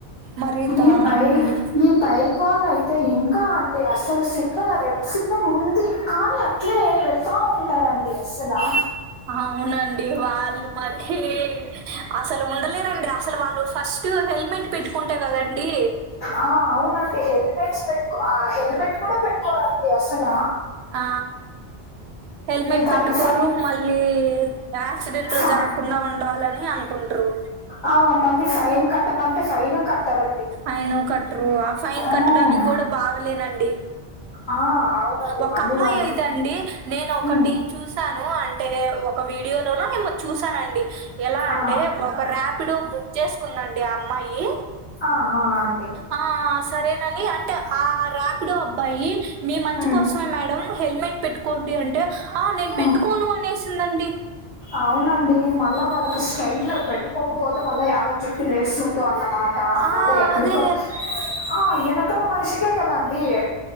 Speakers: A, on the right (about 75°); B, on the left (about 25°).
A: మరి దారుణం
B: ఈ బైక్
A: అండి
B: ఈ బైక్ వాళ్ళు అయితే ఇంకా అన్ డి అస్సలు సిగ్నల్ రెడ్ సిగ్నల్ ఉంది కానీ అట్లే వెళ్తా ఉంటారండి అస్సలా
A: అవునండి వాళ్ళు మరీ అసలు ఉండలేరండి అసలు వాళ్ళు ఫస్ట్ హెల్మెట్ పెట్టుకుంటే కదండి
B: ఆ అవునండి హెల్మెట్స్ పెట్టుకో ఆ హెల్మెట్ కూడా పెట్టుకోరండి అస్సల
A: ఆ హెల్మెట్
B: దానికి
A: పెట్టుకోరు
B: ఫైన్
A: మళ్ళీ యాక్సిడెంట్లు
B: ఫ
A: జరగకుండా ఉండాలని అనుకుంట్రూ
B: ఆ మళ్ళీ ఫైన్ కట్టమంటే ఫైను కట్టరు
A: అయిను కట్టరు ఆ ఫైన్
B: ఆ!
A: కట్టడానికి కూడా బాదలేనండి
B: ఆ అవునండి
A: ఒక
B: మళ్ళీ
A: అమ్మాయి
B: వాళ్ళు
A: అయితే అండి నేను ఒకటి
B: ఉమ్,
A: చూసాను అంటే ఒక వీడియో లోనో ఏమో చూసానండి ఎలా
B: ఆ
A: అంటే ఒక ర్యాప్ పిడో బుక్ చేసుకుందండి ఆ అమ్మాయి
B: ఆ ఆ అ
A: అ ఆ సరేనని అంటే ఆ రాపిడో అబ్బాయి మీ మంచి
B: ఉమ్,
A: కోసం ద్ధో మేడం హెల్మెట్ పెట్టుకోండి అంటే ఆ నేను పెట్టుకోను
B: ఉమ్.
A: అనేసిందండి
B: అవునండి మళ్ళా వాళ్ళకు స్టైల్ పెట్టుకోకపోతే మళ్ళా యాడ చుట్టు లేస్తుందో అన్నమాట
A: ఆ
B: మళ్ళా ఎక్కడికో
A: అదే
B: ఆ వెనకల మనిషికే కదండి ఈ